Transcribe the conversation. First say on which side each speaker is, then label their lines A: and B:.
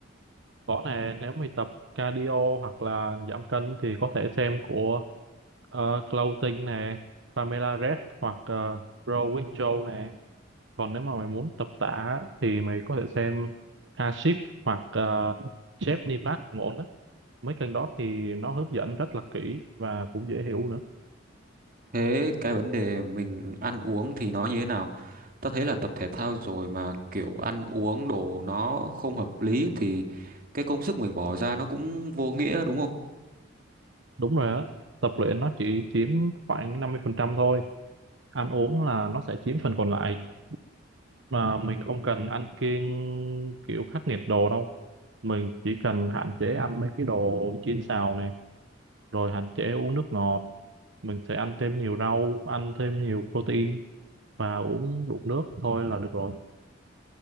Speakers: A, on the right (about 65°); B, on the right (about 45°).
A: có nè nếu mày tập cardio hoặc là giảm cân thì có thể xem của uh, Clothing nè Pamela Reif hoặc uh, Grow with Joe nè còn nếu mà mày muốn tập tạ á, thì mày có thể xem Hashif hoặc uh, Jeff Nipat cũng ổn á mấy kênh đó thì nó hướng dẫn rất là kỹ và cũng dễ hiểu nữa
B: Thế cái vấn đề mình ăn uống thì nó như thế nào? Ta thấy là tập thể thao rồi mà kiểu ăn uống đồ nó không hợp lý thì cái công sức mình bỏ ra nó cũng vô nghĩa đúng không?
A: đúng rồi á tập luyện nó chỉ chiếm khoảng 50% thôi ăn uống là nó sẽ chiếm phần còn lại mà mình không cần ăn kiêng kiểu khắc nghiệt đồ đâu mình chỉ cần hạn chế ăn mấy cái đồ chiên xào này rồi hạn chế uống nước ngọt mình sẽ ăn thêm nhiều rau ăn thêm nhiều protein và uống đủ nước thôi là được rồi